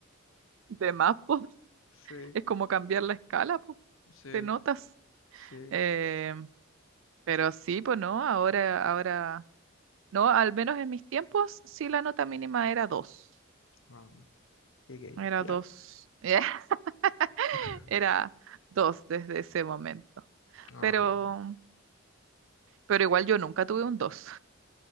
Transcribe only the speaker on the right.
De más, pues.
Es como cambiar la escala, pues,
de notas.
Eh, pero sí, pues no, ahora, ahora. No, al menos en mis tiempos, sí la nota mínima era dos.
Era
dos. <laughs>
Era dos desde ese momento.
Pero, pero igual yo nunca tuve un dos.